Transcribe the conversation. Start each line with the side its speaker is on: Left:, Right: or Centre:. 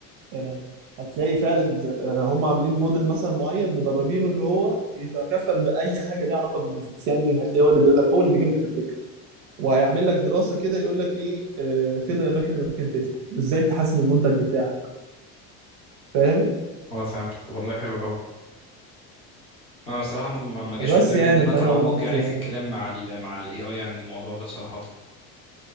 Right: يعني هتلاقي فعلا ز- آه، هم عاملين موديل مثلا معين مدربينه اللي هو يتكفل باي حاجه ليها علاقه بالبيزنس يعني هتلاقي هو اللي بيقول لك هو اللي بيجيب لك الفكره وهيعمل لك دراسه كده يقول لك ايه آه، فين الاماكن اللي ممكن تفتح وازاي تحسن المنتج بتاعك فاهم
Left: أه فهمتك طب والله حلو أوي أنا الصراحة ما كن- ما جاش
Right: بس
Left: في دماغي
Right: يعني
Left: إن أنا
Right: فانا
Left: أتعمق
Right: قلت
Left: يعني
Right: آه،
Left: في الكلام مع ال مع ال AI يعني الموضوع ده صراحة